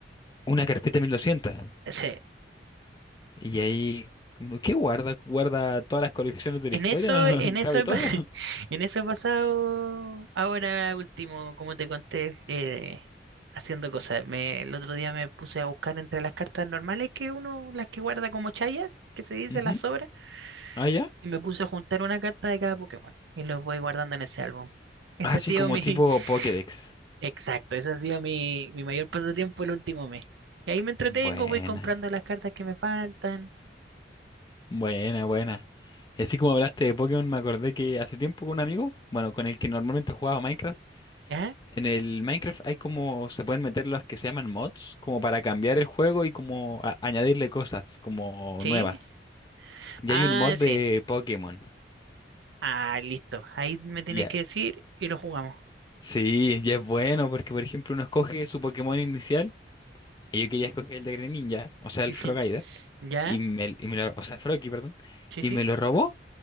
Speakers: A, on the left (about 20°); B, on the right (about 75°).
A: Una carpeta 1200.
B: Sí,
A: Y ahí, uno, ¿qué guarda? ¿Guarda todas las colecciones de
B: en
A: la historia?
B: eso,
A: ¿No
B: en eso
A: <laughs> cabe
B: he,
A: todo?
B: pa- <laughs> en eso he pasado ahora último, como te conté, eh, haciendo cosas. Me, el otro día me puse a buscar entre las cartas normales que uno, las que guarda como chaya, que se dice
A: Ujú.
B: las sobras,
A: Ah, ya.
B: y me puse a juntar una carta de cada Pokémon y los voy guardando en ese álbum. Ese
A: Así
B: ha sido
A: como
B: mi,
A: tipo Pokédex.
B: <laughs> exacto, ese ha sido mi, mi mayor pasatiempo el último mes. Y ahí me entretengo,
A: Buena,
B: voy comprando las cartas que me faltan,
A: buena, buena. Y así como hablaste de Pokémon, me acordé que hace tiempo con un amigo, bueno, con el que normalmente jugaba Minecraft,
B: ¿ya?
A: En el Minecraft hay como, se pueden meter los que se llaman mods, como para cambiar el juego y como a- añadirle cosas como
B: ¿Sí?
A: nuevas. Y
B: Ah,
A: hay un mod de
B: sí.
A: Pokémon.
B: Ah, listo. Ahí me tienes
A: Y Ya,
B: que decir y lo jugamos.
A: sí, ya es bueno porque, por ejemplo, uno escoge su Pokémon inicial y yo quería escoger el de Greninja, o sea, el
B: <laughs>
A: Frogaider,
B: ¿Ya?
A: y me, y me lo, o sea, el Froakie, perdón,
B: Sí,
A: y
B: sí.
A: me lo robó,